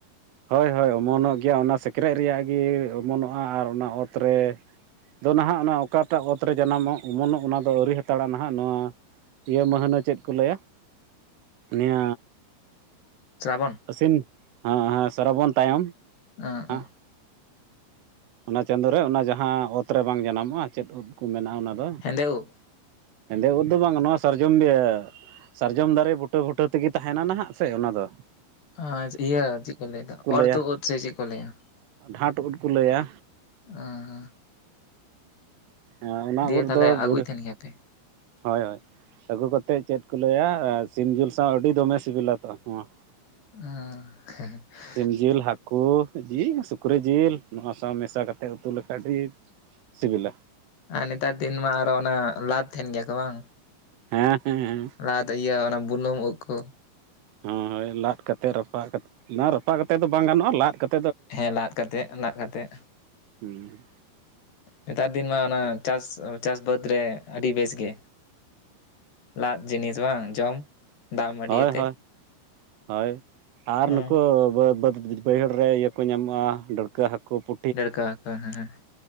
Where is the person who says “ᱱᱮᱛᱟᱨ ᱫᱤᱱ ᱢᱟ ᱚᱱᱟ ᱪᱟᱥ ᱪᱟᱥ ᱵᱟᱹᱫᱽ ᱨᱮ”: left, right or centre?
Left